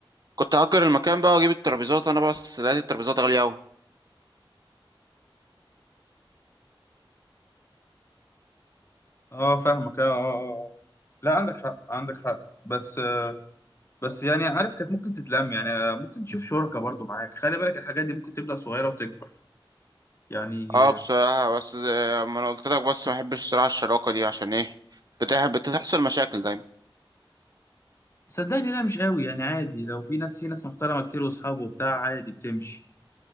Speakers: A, on the right (about 45°); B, on the left (about 30°).
A: كنت هأجر المكان بقى واجيب الترابيزات انا بس لقيت الترابيزات غالية اوي
B: اه فاهمك اه اه آه. لا عندك حق عندك حق بس بس يعني عارف كانت ممكن تتلم يعني ممكن تشوف شركة برضو معاك خلي بالك الحاجات دي ممكن تبدأ صغيرة وتكبر يعني
A: اه بصراحة بس زي ما انا قلت لك بس ما بحبش الصراحة الشراكة دي عشان ايه بتح- بتحصل مشاكل دايما
B: صدقني لا مش قوي يعني عادي لو في ناس في ناس محترمة كتير واصحابه وبتاع عادي بتمشي